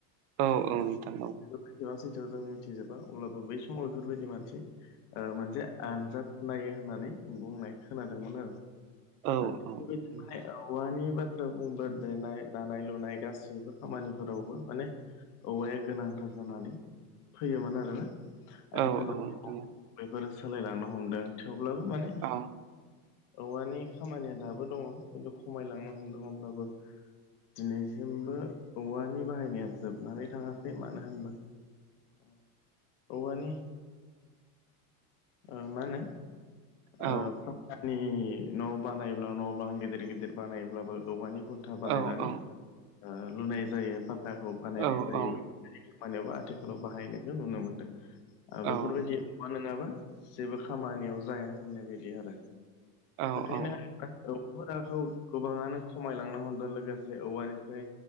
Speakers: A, on the right; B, on the left.
A: औ औ नोंथां औ
B: सैथा सैथोआव जों मिथिजोबा अब्लाबो बै समाव बेफोरबायदि मानसि मोनसे आनजाद नायो होननानै बुंनाय खोनादोंमोन आरो
A: औ
B: थि
A: औ नोंथां
B: बेबायदि औवानि ब्रा बुंबा देनाय दानाय लुनाय गासैबो खामानिफोरावबो माने औवाया गोनांथार जानानै फैयोमोन आरोना। आथिखालाव
A: औ औ नोंथां
B: बेफोरो सोलायलांनो हमदों थेवब्लाबो माने
A: औ
B: औवानि खामानिया दाबो दङ खिन्थु खमायलांनो हमदों अब्लाबो दिनैसिमबो औवानि बाहायनाया जोबनानै थाङाखै मानो होनबा अ। औवानि ओ मा होनो
A: औ
B: ओ फाखानि न' बानायब्ला न' बां गिदिर गिदिर बानायब्लाबो औवानि खुन्था बानायनानै
A: औ
B: लुनाय जायो। थाखाखौ बानायनाय
A: औ
B: जायो
A: औ
B: खामानियावबो आथिखालाव बाहायनायखौ नुनो मोनदों।
A: औ
B: बेफोरबायदि
A: नोंथां
B: मा नङाबा जेबो खामानियाव जाया होननाय बायदि आरो
A: औ
B: बेखायनो
A: औ
B: <unintelligible> गोबाङानो खमायलांनो हमदों लोगोसे औवानिफ्राय